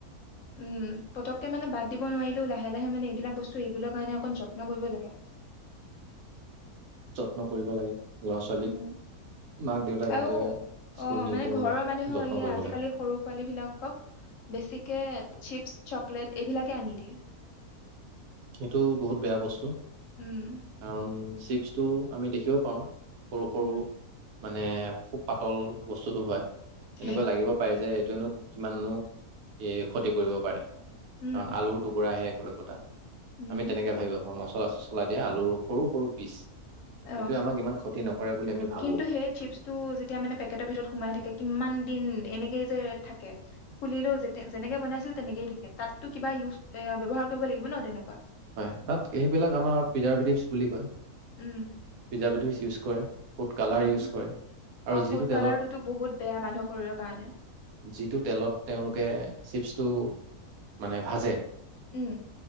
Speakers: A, on the left; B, on the right.
A: উম পতককে মানে বাদ দিব নোৱাৰিলেও লাহে লাহে মানে এইবিলাক বস্তু এইবৰ কাৰণে অকণ যত্ন কৰিব লাগে
B: যত্ন কৰিব লাগে ল'ৰা ছোৱালীক
A: উম
B: মাক দেউতাকহঁতে
A: আও
B: স্কুল
A: অ
B: নিওঁতেও
A: মানে ঘৰৰ
B: অলপ
A: মানুহেও
B: যত্ন
A: এইয়া
B: কৰিব
A: আজিকালি
B: লাগে,
A: সৰু পোৱালী বিলাকক বেছিকে চিপছ চকলেট এইবিলাকে আনি দিয়ে
B: সেইটো বহুত বেয়া বস্তু
A: উম
B: <unintelligible> চিপছটো আমি দেখিব পাৰো সৰু সৰু
A: উম
B: মানে খুব পাতল বস্তুটো হয়
A: উম
B: এনেকুৱা লাগিব পায় যে কিয়নো কিমানো এ ক্ষতি কৰিব পাৰে
A: উম
B: কাৰণ আলুৰ টুকুৰাহে কলে কটা
A: উম
B: আমি তেনেকে ভাবি আ পম মচলা চচলা দিয়া আলুৰ সৰু সৰু পিচ
A: অঁ
B: এইটোৱে আমাক ইমান ক্ষতি নকৰে বুলি আমি ভাবো
A: কিন্তু সেই চিপছটো যেতিয়া মানে পেকেটৰ ভিতৰত সোমাই থাকে কিমান দিন এনেকেই যে থাকে খুলিলেও যে যেনেকে বনাইছিলে তেনেকেইে থাকে তাতো কিবা ইউজ এ ব্যৱহাৰ কৰিব লাগিব ন তেনেকুৱা
B: হয় তাত সেইবিলাক আমাৰ পিজাৰটিছ বুলি কয়
A: উম
B: পিজ্জা পেটিচ ইউজ কৰে ফুড কালাৰ
A: উম
B: ইউজ কৰে আৰু
A: অ
B: যিটো
A: ফুড
B: তেলত
A: কালাৰটোতো বহুত বেয়া মানুহৰ শৰীৰৰ কাৰণে
B: যিটো তেলত তেওঁলোকে চিপছটো মানে ভাজে
A: উম